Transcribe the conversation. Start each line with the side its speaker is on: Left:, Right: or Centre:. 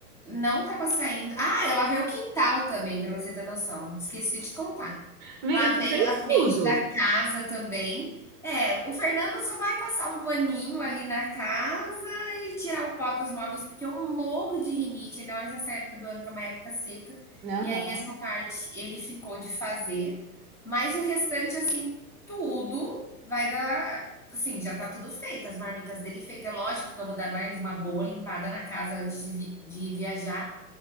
Centre: Não estava saindo ah, eu lavei o quintal também, para você ter noção, esqueci de contar.
Right: Amiga,
Centre: Lavei
Right: você fez
Centre: a frente
Right: tudo.
Centre: da casa também. É, o Fernando só vai passar um paninho ali na casa e tirar o pó dos móveis, porque eu morro de rinite, ainda mais nessa época do ano, que é uma época seca.
Right: Aham.
Centre: E aí essa parte ele ficou de fazer, mas o restante, assim, tudo vai dar assim, já tá tudo feito, as marmitas dele feita. É lógico que eu vou dar mais uma boa limpada na casa antes de vi de viajar,